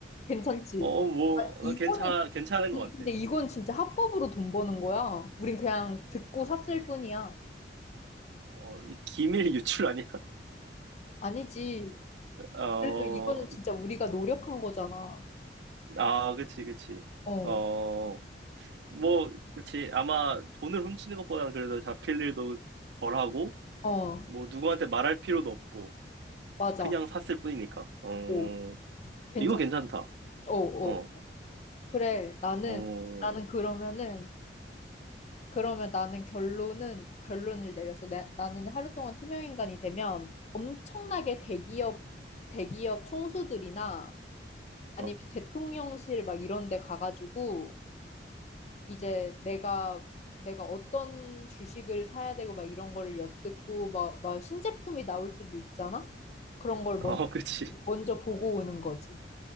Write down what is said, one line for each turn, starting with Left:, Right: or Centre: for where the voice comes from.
Left: 괜찮지?
Right: 어, 뭐,
Left: 아, 이거는,
Right: 나 괜찮, 괜찮은 것
Left: 아니, 근데
Right: 같아.
Left: 이건 진짜 합법으로 돈 버는 거야. 우린 그냥 듣고 샀을 뿐이야.
Right: 어, 이 기밀 유출 아니야?
Left: 아니지.
Right: <laughs> 어,
Left: 그래도 이거는 진짜 우리가 노력한 거잖아.
Right: 아, 그치, 그치.
Left: 어,
Right: 어, 뭐, 그치. 아마 돈을 훔치는 것보다는 그래도 잡힐 일도 덜하고,
Left: 어.
Right: 뭐, 누구한테 말할 필요도 없고,
Left: 맞아.
Right: 그치, 그냥 샀을 뿐이니까. 어,
Left: 오, 괜찮,
Right: 이거 괜찮다.
Left: 어, 어.
Right: 어,
Left: 그래, 나는,
Right: 어,
Left: 나는 그러면은, 그러면 나는 결론은, 결론을 내려서 내, 나는 하루 동안 투명인간이 되면 엄청나게 대기업, 대기업 총수들이나 아니면
Right: 어, 어,
Left: 대통령실 막 이런 데 가가지고 이제 내가, 내가 어떤 주식을 사야 되고 막 이런 거를 엿듣고 막, 막 신제품이 나올 수도 있잖아? 그런 걸 먼,
Right: <laughs> 그치.
Left: 먼저 보고 오는 거지.